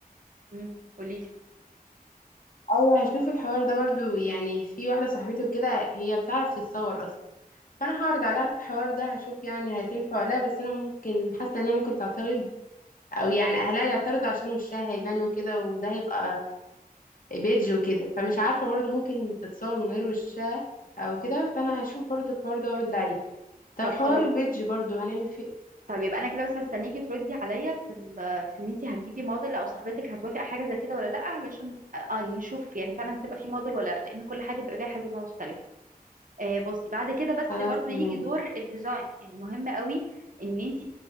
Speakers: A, on the right; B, on the left.
A: مم، قوليلي
B: ايوه هشوف الحوار ده برضو يعني في واحده صاحبتي وكده هي بتعرف تتصور اصلا فانا هعرض عليها الحوار ده هشوف يعني هتنفع ولا لا بس انا ممكن حاسه انها ممكن تعترض او يعني اهلها يعترضوا عشان وشها هيبان وكده وده هيبقى بيدج وكده فمش عارفه برضو ممكن تتصور من غير وشها او كده فانا هشوف برضو الحوار ده وارد عليه طب
A: طب
B: حوار
A: خلاص
B: البيدج برضو هنعمل فيه إيه؟
A: طب يبقى انا كده بس هستنيكي تردي عليا في ال... في ان انت هتجيبي موديل او صاحبتك هتوافق حاجة زي كده ولا لا علشان آه، نشوف يعني فعلا هتبقى في موديل ولا لا لان كل حاجة بيبقى لها حسبة مختلفة آه، بصي بعد كده بس
B: خلاص
A: برضو يجي
B: تمام
A: دور الديزاين يعني مهم قوي ان انت